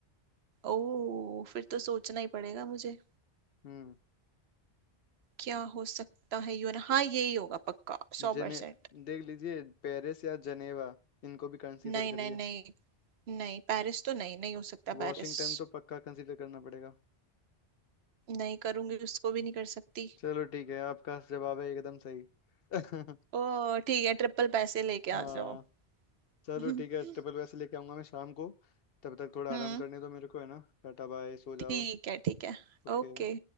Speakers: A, on the right; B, on the left.
A: ओ फिर तो सोचना ही पड़ेगा मुझे
B: हम्म
A: क्या हो सकता है यूएन हाँ यही होगा पक्का सौ
B: जेने
A: परसेंट
B: देख लीजिए पेरिस या जेनेवा इनको भी कंसीडर
A: नहीं
B: करिए
A: नहीं नहीं नहीं पेरिस तो नहीं नहीं हो सकता
B: वॉशिंगटन
A: पेरिस
B: तो पक्का कंसीडर करना पड़ेगा
A: नहीं करूंगी उसको भी नहीं कर सकती
B: चलो ठीक है आपका जवाब है एकदम सही <laughs>
A: ओ ठीक है ट्रिपल पैसे लेके
B: हाँ
A: आ जाओ
B: चलो
A: <laughs>
B: ठीक है ट्रिपल वैसे लेके आऊंगा मैं शाम को तब तक थोड़ा
A: हम्म
B: आराम करने दो मेरे को है ना टाटा बाय सो जाओ
A: ठीक है ठीक है
B: ओके
A: ओके